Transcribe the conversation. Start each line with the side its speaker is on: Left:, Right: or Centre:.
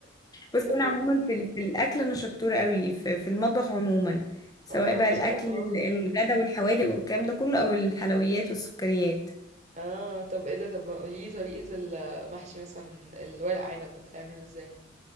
Left: بس
Right: طب-
Left: انا عموما في, ال- في الاكل انا شطوره قوي في, في المطبخ عموما سواء
Right: اه
Left: بقى
Right: ما
Left: الاكل
Right: شاء الله
Left: ال- الغدا والحوادق والكلام ده كله او الحلويات والسكريات
Right: اه طب ايه ده طب ما قوليلي طريقه المحشي مثلا الورق عنب بتتعمل ازاي